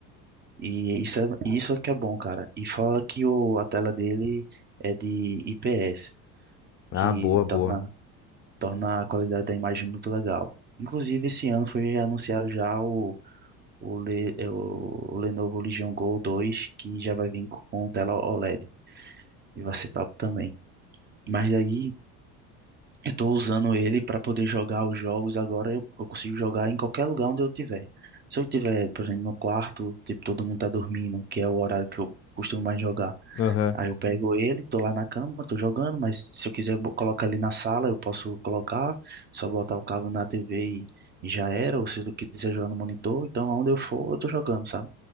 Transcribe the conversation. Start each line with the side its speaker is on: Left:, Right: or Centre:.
Right: E isso é, isso é que é bom, cara. E fora que o, a tela dele é de IPS,
Left: Ah,
Right: que
Left: boa, boa.
Right: torna, torna a qualidade da imagem muito legal. Inclusive, esse ano foi anunciado já o, o, Le, é, o Lenovo Legion Go 2 que já vai vir com com tela OLED. E D. E vai ser top também. Mas aí eu tô usando ele para poder jogar os jogos agora. Eu, eu consigo jogar em qualquer lugar onde eu tiver. Se eu tiver, por exemplo, no quarto, tipo, todo mundo tá dormindo, que é o horário que eu costumo mais jogar.
Left: Aham.
Right: Aí eu pego ele, tô lá na cama, tô jogando, mas se eu quiser bo- colocar ele na sala, eu posso colocar, só botar o cabo na TV e, e já era. Ou se eu quiser jogar no monitor, então aonde eu for, eu tô jogando, sabe?